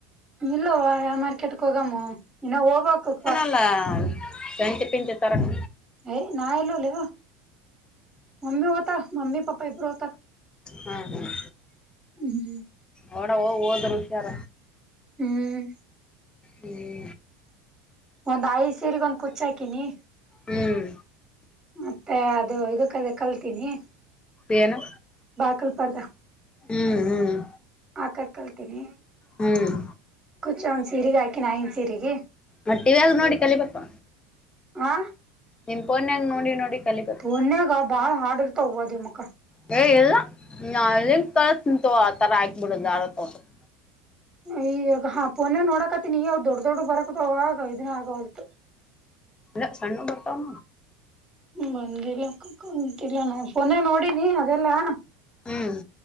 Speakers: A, on the right (about 15°); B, on the left (about 20°).
A: ಇಲ್ಲವಾ ಮಾರ್ಕೆಟ್ ಗೆ ಹೋಗಮ್ಮೂ ಇನ್ನ ಹೋಗಬೇಕ್ ಕರ್
B: ಹಲ <unintelligible> ಕಂತೆ ಪೀಂ <unintelligible> ತ ತರಕ್ಕ
A: ಏಯ್ ನಾ ಓಲ್ಲೇ ಲೇ ಮಮ್ಮಿ ಹೊತಾರ ಮಮ್ಮಿ ಪಾಪಾ ಇಬ್ಬರು ಹೊತಾರ
B: ಹ್ಮ್ ಹ್ಮ್
A: ಹ್ಮ್
B: ಹೋಡ ಹೊದರೂ ಹುಷಾರ.
A: ಹ್ಮ್
B: ಹ್ಮ್
A: ಒಂದ್ ಐದ್ ಸೀರಿಗ್ ಒಂದ್ ಕುಚ್ಚ್ ಹಾಕಿನಿ.
B: ಹ್ಮ್
A: ಮತ್ತೆ ಅದು ಇದಕ್ಕದ್ ಕಲ್ತೀನಿ.
B: ಏನೂ
A: ಬಾಕಲ್ ಪರ್ದ
B: ಹ್ಮ್ ಹ್ಮ್
A: ಹಾಕಕ್ ಕಲತೀನಿ
B: ಹ್ಮ್
A: ಕುಚ್ ಒಂದ್ ಸೀರೆಗಿ ಹಾಕಿನಿ ಆನಾಯನ್ ಸೀರಿಗಿ.
B: ಮತ್ತೆ ಟಿವಿ ಲ್ಲಿ ನೋಡಿ ಕಲಿಬೇಕೊ.
A: ಹಾ
B: ನಿನ್ ಪೋನ್ಯಾಗ್ ನೋಡಿ ನೋಡಿ ಕಲಿಬೇಕು
A: ಪೊನ್ಯಾಗ ಬಾಳ ಹಾಡ್ರ್ ಇರ್ತಾವ್ ಹವ ದೇವಮಕ್ಕ.
B: ಲೇ ಇಲ್ಲ ನನ್ ಲಿಂಕ್ ಕಳಸ್ತೀನಿ ತೊಗೊ ಆತರ ಆಕ್ಬಿಡ್ ದಾರಿ ತಗೊಂಡ್
A: ಇವಾಗ ಆ ಪೋನೆ ನೋಡಾಕತ್ತಿನಿ ಯಾವ್ದ್ ದೊಡ್ಡ ದೊಡ್ ಬರಕತವಾಗ ಇದನ್ ಆಗವಲ್ದೂ.
B: ಅ ಸಣ್ಣು ಬರ್ತಾವ
A: ಬಂದಲ್ಲ ಕುಂತಿಲ್ಲ ನಾ ಫೋನೇ ನೋಡಿನಿ ಅದೆಲ್ಲಾ
B: ಹ್ಮ್